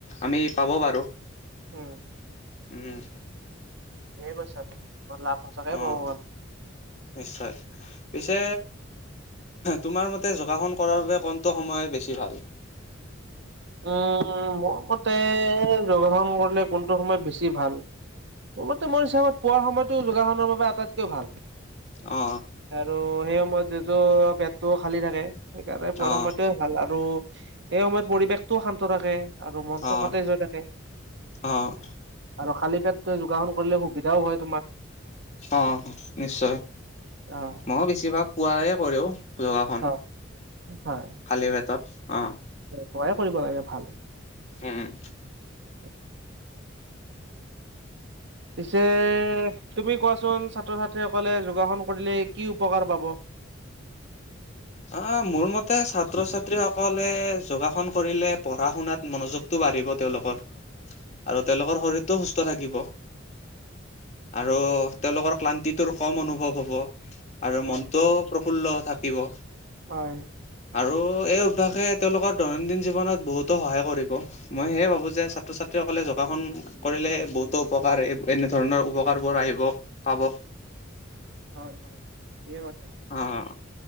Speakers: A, on the left; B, on the right.
A: আমি পাব পাৰো।
B: উম
A: উম,
B: ঠিক কৈছা, বা বৰ লাভ সচাকে
A: অ',
B: পাব বাৰু।
A: নিশ্চয়, পিছে তোমাৰ মতে যোগাসন কৰাৰ বাবে কোনটো সময় বেছি ভাল।
B: উম, মোৰ মতে যোগাসণ কৰিলে কোনটো সময় বেছি ভাল। মোৰ মতে মোৰ হিচাপত, পোৱাৰ সময়তটো যোগাসনৰ বাবে আটাইতকৈ ভাল।
A: অ,
B: আৰু সেই সময়ত যিহেতু পেটটো খালী থাকে, সেইকাৰণে পোৱাৰ
A: অ',
B: সময়তে ভাল, আৰু সেই সময়ত পৰিৱেশটোও শান্ত থাকে। আৰু মনটো
A: অ',
B: সতেজ হৈ থাকে।
A: অ',
B: আৰু খালী পেট যোগাসন কৰিলে সুবিধাও হয় তোমাৰ।
A: অ, নিশ্চয়
B: আহ
A: ময়ো বেছিভাগ পোৱাই কৰোও। যোগাসন,
B: হয় হয়
A: খালি পেটত, অ,
B: পুৱাই কৰিব লাগে ভাল
A: উম, উম,
B: <unintelligible> পিছে, তুমি কোৱাচোন ছাত্ৰ-ছাত্ৰীসকলে যোগাসন কৰিলে কি উপকাৰ পাব।
A: অ মোৰ মতে ছাত্ৰ ছাত্ৰী সকলে যোগাসন কৰিলে পঢ়া শুনাত। মনোযোগটো বাঢ়িব তেওঁলোকৰ আৰু তেওঁলোকৰ শৰীৰটো সুস্থ থাকিব। আৰু তেওঁলোকৰ ক্লান্তিটোৰ কম অনুভৱ হ'ব। আৰু
B: হয়
A: মনটোও প্ৰফুল্ল হৈ থাকিব।
B: হয়।
A: আৰু এই অভ্যাসে তেওঁলোকৰ দৈনন্দিন জীৱনত বহুতো সহায় কৰিব। মই সেয়ে ভাবো যে ছাত্ৰ ছাত্ৰীসকলে যোগাসন কৰিলে বহুতো উপকাৰ এনেধৰণৰ উপকাৰ বোৰ আহিব পাব।
B: হয় হয় ঠিকে কৈছা।
A: অ